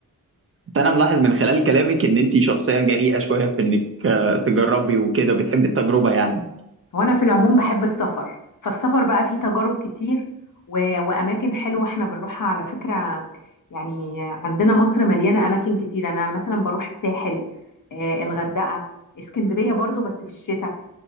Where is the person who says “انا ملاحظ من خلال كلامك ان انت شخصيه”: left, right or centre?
Right